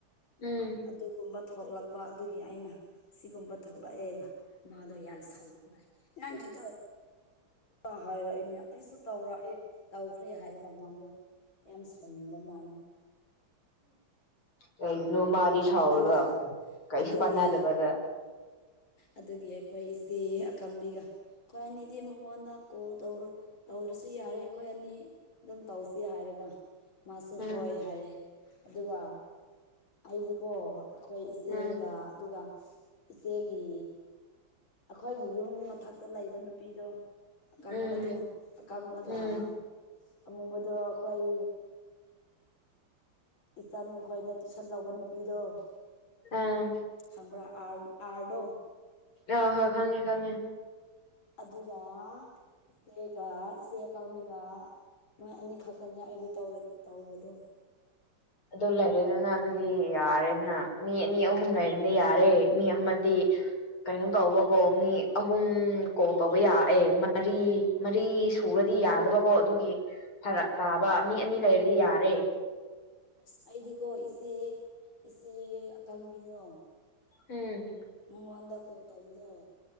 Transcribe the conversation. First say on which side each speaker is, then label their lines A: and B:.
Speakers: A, on the left; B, on the left.
A: ꯎꯝ
B: ꯑꯗꯨꯒꯨꯝꯕ ꯊꯣꯛꯂꯛ ꯑꯗꯨꯒꯤ ꯑꯩꯅ ꯁꯤꯒꯨꯝꯕ ꯊꯣꯛꯂꯛꯑꯦ ꯃꯥꯗꯣ ꯌꯥꯝ ꯁꯥꯎꯅꯤꯡꯕꯒꯤ ꯍꯥꯏꯔꯛꯏꯅꯦ ꯑꯩꯁꯨ ꯇꯧꯔꯛꯑꯦ ꯇꯧꯈ꯭ꯔꯦ ꯍꯥꯏꯔꯒ ꯃꯥꯗꯣ ꯌꯥꯝ ꯁꯥꯎꯅꯤꯡꯕ ꯃꯥꯜꯂꯦ
A: ꯀꯩꯒꯤꯅꯣꯃꯥꯗꯤ ꯁꯥꯎꯔꯒ
B: ꯑꯗꯨꯒ
A: ꯀꯩꯁꯨ
B: ꯑꯗꯨꯒꯤ
A: ꯀꯥꯟꯅꯗꯕꯗꯥ
B: ꯑꯗꯨꯒꯤ ꯑꯩꯈꯣꯏ ꯏꯆꯦ ꯑꯀꯪꯕꯤꯒ ꯑꯩꯈꯣꯏ ꯑꯅꯤꯗꯤ ꯃꯉꯣꯟꯗ ꯀꯣꯜ ꯇꯧꯗ꯭ꯔꯁꯨ ꯌꯥꯔꯦ ꯑꯩꯈꯣꯏ ꯑꯅꯤ ꯑꯗꯨꯝ ꯇꯧꯁꯤ ꯍꯥꯏꯔꯒ ꯃꯥꯁꯨ
A: ꯎꯝ
B: ꯍꯣꯏ ꯍꯥꯏꯔꯦ ꯑꯗꯨꯒ ꯑꯩꯗꯤꯀꯣ ꯑꯩꯈꯣꯏ ꯏꯆꯦꯒ
A: ꯎꯝ
B: ꯑꯗꯨꯒ ꯏꯆꯦꯒꯤ ꯑꯩꯈꯣꯏꯒꯤ ꯌꯨꯝ ꯃꯊꯛꯇ ꯂꯩꯕ ꯅꯨꯄꯤꯗꯣ ꯀꯉꯝꯕꯗꯨ
A: ꯎꯝ
B: ꯀꯉꯝꯕꯒ
A: ꯎꯝ
B: ꯑꯃꯨꯕꯗꯣ ꯑꯩꯈꯣꯏ ꯏꯆꯟ ꯈꯣꯏ ꯇꯨꯏꯁꯟ ꯂꯧꯕ ꯅꯨꯄꯤꯗꯣ
A: ꯑꯥ
B: ꯈꯪꯕ ꯑꯔꯗꯣ
A: ꯑ ꯍꯣꯏ ꯈꯪꯉꯦ ꯈꯪꯉꯦ
B: ꯑꯗꯨꯒ ꯏꯆꯦꯒ ꯏꯆꯦ ꯀꯥꯡꯃꯤꯒ ꯃꯣꯏ ꯑꯅꯤꯈꯛꯇꯅꯦ ꯑꯩꯗꯤ ꯇꯧꯔ ꯇꯧꯕꯗꯣ
A: ꯑꯗꯨ ꯂꯩꯔꯦꯗꯅ ꯑꯗꯨꯗꯤ ꯌꯥꯔꯦꯗꯅ ꯃꯤ ꯑꯅꯤ ꯑꯍꯨꯝ ꯂꯩꯔꯦꯅ ꯌꯥꯔꯦ ꯃꯤ ꯑꯃꯗꯤ ꯀꯩꯅꯣ ꯇꯧꯕꯀꯣ ꯃꯤ ꯑꯍꯨꯝ ꯀꯣ ꯇꯧꯕ ꯌꯥꯑꯦ ꯃꯔꯤ ꯃꯔꯤ ꯁꯨꯔꯗꯤ ꯌꯥꯗꯕꯀꯣ ꯑꯗꯨꯒꯤ ꯐꯔꯛ ꯇꯥꯕ ꯃꯤ ꯑꯅꯤ ꯂꯩꯔꯗꯤ ꯌꯥꯔꯦ
B: ꯑꯁ ꯑꯩꯗꯤꯀꯣ ꯏꯆꯦ ꯏꯆꯦ ꯑꯀꯪꯕꯤꯗꯣ
A: ꯎꯝ
B: ꯃꯪꯉꯣꯟꯗ ꯀꯣ ꯇꯧꯕꯗꯣ